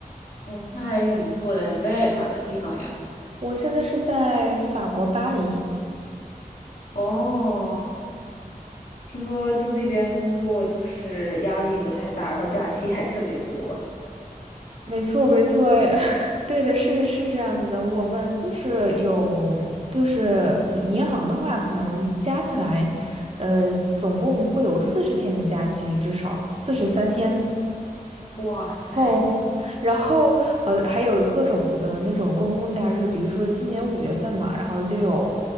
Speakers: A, on the left (about 65°); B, on the right (about 40°).
A: 嗯，那还挺不错的诶你在哪个地方呀？
B: 我现在是在法国巴黎，
A: 哦，听说就那边工作就是压力不太大，然后假期还特别多。
B: 没错，没错，<laughs> 对的，是是这样子的，我们就是有就是银行的话，可能加起来，呃，总共会有四十天的假期，至少四十三天。
A: 哇塞，
B: 哦，<laughs> 然后呃，还有各种的那种公共假日，比如说今年五月份嘛，然后就有，